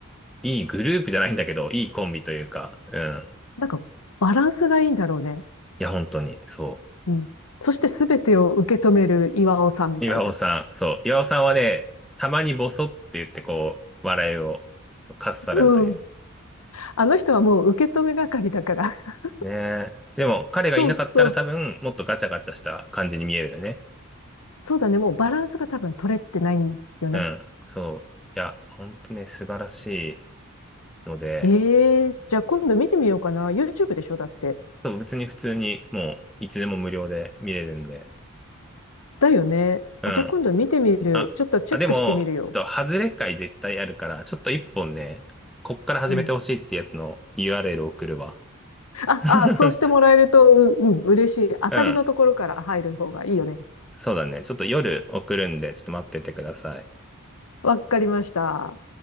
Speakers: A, in the centre; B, on the left.
A: いいグループじゃないんだけど、いいコンビというか、うん。
B: なんか、バランスがいいんだろうね。
A: いや、本当に、そう。
B: うん。そしてすべてを受け止める岩尾さんみたいな。
A: 岩尾さん、そう。岩尾さんはね、たまにボソって言ってこう、笑いを、そう、かっさらうという。
B: うん。あの人はもう受け止め係だから。<laughs>
A: ねえ。でも、彼がいなかったら多分、
B: そうそう。
A: もっとガチャガチャした感じに見えるよね。
B: そうだね。もうバランスが多分取れてないんよね。
A: うん。そう。いや、ほんとね、素晴らしいので、
B: ええーじゃあ今度見てみようかな。YouTube でしょだって。
A: そう、別に普通にもう、いつでも無料で見れるんで。
B: だよね。
A: うん。
B: あ、じゃあ今度見てみる。
A: あ、
B: ちょっとチェックしてみるよ。
A: あ、でも、ちょっと、外れ回絶対あるから、ちょっと一本ね、こっから始めてほしいってやつの
B: うん。
A: URL 送るわ。
B: あ、
A: <laughs>
B: あ、そうしてもらえると、う、うん、嬉しい。当たりのところから入る方がいいよね。
A: うん。そうだね。ちょっと夜送るんで、ちょっと待っててください。
B: わかりました。